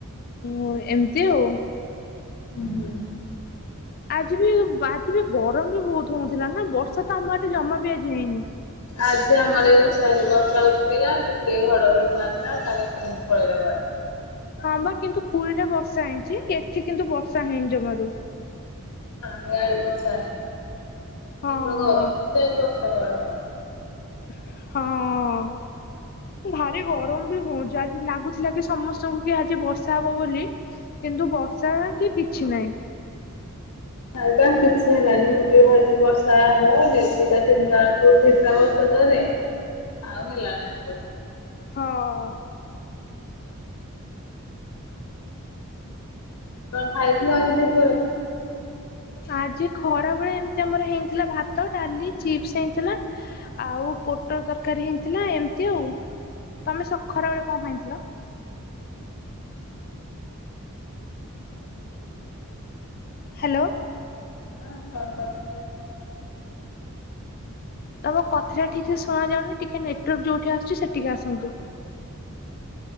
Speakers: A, on the left (about 40°); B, on the left (about 80°).
A: ଓ ଏମିତି ଆଉ।
B: ହୁଁ ହୁଁ।
A: ଆଜି ବି ଆଜି ବି ଗରମ ବି ବହୁତ ହଉଥିଲା ନା ବର୍ଷା ତ ଆମ ଆଠେ ଜମା ବି ଆଜି ହେଇନି।
B: ଆଜି ଆମର ବି ବଶା ହେଇନି ବର୍ଷା ଉଠେଇଲା ଟିକେ ଘଡଘଡି ମାରିଲା ତାଙ୍କୁ ପୁଣିିକ ପଳେଇଲା ବାଡ।
A: ହଁ ବା କିନ୍ତୁ ପୁରୀରେ ବର୍ଷା ହେଇଛି ଏଠି କିନ୍ତୁ ବର୍ଷା ହେଇନି ଜମାରୁ।
B: ନା ୟାଡେ ବର୍ଷା ହେଇନି,
A: ହଁ
B: ଗରମ ହଉଚି ବର୍ଷା କୁଆଡେ ହବ।
A: ହଁ। ଭାରି ଗରମ ବି ହଉଛି ଆଜି ଲାଗୁଥିଲା କି ସମସ୍ତଙ୍କୁ କି ଆଜି ବର୍ଷା ହବ ବୋଲି କିନ୍ତୁ ବର୍ଷା କି କିଛି ନାଇଁ।
B: ନାଇ ପା କିଛି ହେଲାନି ମୁଁ ଟିକେ ଭାବିଥିଲି ବର୍ଷା ହବ ବୋଲି ଦିଟା ତିନିଟା ବଳକୁ ଉଠେଇ ଥିଲା ବର୍ଷା ଜୋରେ।
A: <inaudible>
B: ଆଉ ହେଲା ନି ଇବ
A: ହ ହ
B: କଣ ଖାଇଥିଲ ଆଜି ଦି ପହରେ?
A: ଆଜି ଖରା ବେଳେ ଏମିତି ଆମର ହେଇଥିଲା ଭାତ ଡାଲି ଚିପ୍ସ ହେଇଥିଲା। ଆଉ ପୋଟର ତରକାରୀ ହେଇଥିଲା ଏମିତି ଆଉ ତମେ ସ ଖରା ବେଳେ କଣ ଖାଇଥିଲ? ହ୍ୟାଲୋ।
B: ହଁ କଣ କରୁଥିଲେ କୁହ?
A: ତମ
B: ହାଲୋ
A: କଥାଟା ଠିକ ସେ ଶୁଣାଯାଉନି ଟିକେ ନେଟୱାର୍କ ଯୋଉଠି ଆସୁଛି ସେଠିକି ଆସନ୍ତୁ।